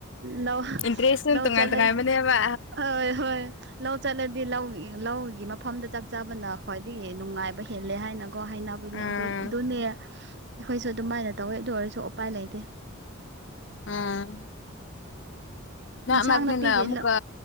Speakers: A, on the right; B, on the left.
A: ꯂꯧ
B: ꯏꯟꯇꯔꯦꯁꯁꯨ
A: ꯂꯧ
B: ꯇꯣꯉꯥꯟ
A: ꯆꯠꯂ
B: ꯇꯣꯉꯥꯟꯕꯅꯦꯕ
A: ꯍꯣꯏ ꯍꯣꯏ ꯂꯧ ꯆꯠꯂꯗꯤ ꯂꯧꯒꯤ ꯂꯧꯒꯤ ꯃꯐꯝꯗ ꯆꯛ ꯆꯥꯕꯅ ꯈ꯭ꯋꯥꯏꯗꯒꯤ ꯅꯨꯡꯉꯥꯏꯕ ꯍꯦꯜꯂꯦ ꯍꯥꯏꯅꯀꯣ ꯍꯥꯏꯅꯕꯅꯤ
B: ꯑꯥ
A: ꯑꯗꯣ ꯑꯗꯨꯅꯦ ꯑꯩꯈꯣꯏꯁꯨ ꯑꯗꯨꯃꯥꯏꯅ ꯇꯧꯋꯦ ꯑꯗꯨ ꯑꯣꯏꯔꯁꯨ ꯑꯣꯄꯥꯏ ꯂꯩꯇꯦ
B: ꯑꯥ ꯃꯛ
A: ꯏꯟꯁꯥꯡ
B: ꯃꯔꯛꯇꯅ
A: ꯅꯥꯄꯤꯒꯤ
B: ꯑꯃꯨꯛꯀ